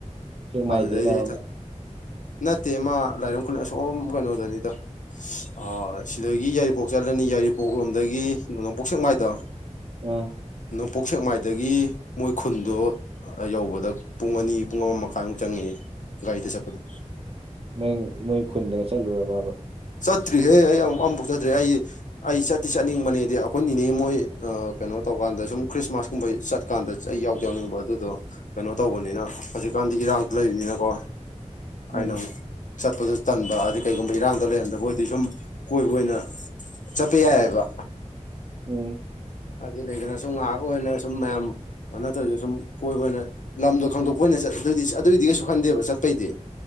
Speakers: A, on the right; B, on the left.
A: ꯁꯦꯛꯃꯥꯏꯗꯩꯔ
B: ꯑꯗꯨꯗꯩꯗꯤ ꯑꯩ
A: ꯑꯃ
B: ꯅꯠꯇꯦ ꯃꯥ ꯂꯥꯏꯔꯪ ꯈꯨꯂ ꯑꯁꯣꯝ ꯀꯩꯅꯣꯗꯅꯤꯗ ꯑ ꯁꯤꯗꯒꯤ ꯌꯥꯏꯔꯤꯄꯣꯛ ꯆꯠꯂꯅꯤ ꯌꯥꯏꯔꯤꯄꯣꯛ ꯂꯣꯝꯗꯒꯤ ꯅꯣꯡꯄꯣꯛ ꯁꯦꯛꯃꯥꯏꯗꯣ
A: ꯎꯝ
B: ꯅꯣꯡꯄꯣꯛ ꯁꯦꯛꯃꯥꯏꯗꯒꯤ ꯃꯣꯏ ꯈꯨꯟꯗꯣ ꯌꯧꯕꯗ ꯄꯨꯡ ꯑꯅꯤ ꯄꯨꯡ ꯑꯃ ꯃꯈꯥꯏꯃꯨꯛ ꯆꯪꯉꯦꯌꯦ ꯒꯥꯔꯤꯗ ꯆꯠꯄꯗ
A: ꯅꯪ ꯃꯣꯏ ꯈꯨꯟꯗꯒ ꯆꯠꯂꯨꯔꯕꯕ
B: ꯆꯠꯇ꯭ꯔꯤꯍꯦ ꯑꯩ ꯑꯃꯨꯛ ꯑꯃꯐꯥꯎ ꯆꯠꯇ꯭ꯔꯤ ꯑꯩ ꯑꯩ ꯆꯠꯇꯤ ꯆꯠꯅꯤꯡꯕꯅꯦꯗꯤ ꯑꯩꯈꯣꯏ ꯅꯤꯅꯦ ꯃꯣꯏ ꯀꯩꯅꯣ ꯇꯧꯀꯥꯟꯗ ꯁꯨꯝ ꯈ꯭ꯔꯤꯁꯃꯥꯁ ꯀꯨꯝꯕ ꯆꯠ ꯀꯥꯟꯗ ꯑꯩ ꯌꯥꯎꯗꯤ ꯌꯥꯎꯅꯤꯡꯕ ꯑꯗꯨꯗꯣ ꯀꯩꯅꯣ ꯇꯧꯕꯅꯤꯅ ꯍꯧꯖꯤꯛꯀꯥꯟꯗꯤ ꯏꯔꯥꯡꯖꯨ ꯂꯩꯕꯅꯤꯅꯀꯣ
A: ꯎꯝ
B: ꯑꯩꯅ ꯑꯃꯨꯛ ꯆꯠꯄꯖꯨ ꯇꯟꯕ ꯑꯗꯩ ꯀꯩꯒꯨꯝꯕ ꯏꯔꯥꯡ ꯗꯣ ꯂꯩꯔꯝꯗꯕ ꯑꯣꯏꯗꯤ ꯁꯨꯝ ꯀꯣꯏꯕ ꯑꯣꯏꯅ ꯆꯠꯄ ꯌꯥꯏꯑꯕ
A: ꯎꯝ
B: ꯍꯥꯏꯗꯤ ꯂꯩꯗꯅ ꯁꯨꯝ ꯉꯥꯍꯥꯛ ꯑꯣꯏꯅ ꯁꯨꯝ ꯃꯌꯥꯝ ꯑ ꯅꯠꯇꯕꯤꯗ ꯁꯨꯝ ꯀꯣꯏꯕ ꯑꯣꯏꯅ ꯂꯝꯗꯣ ꯈꯪꯗꯣꯛꯄ ꯑꯣꯏꯅ ꯆꯠ ꯑꯗꯨꯗꯤ ꯆ ꯑꯗꯨꯏꯗꯤ ꯀꯩꯁꯨ ꯈꯟꯗꯦꯕ ꯆꯠꯄꯩꯗꯤ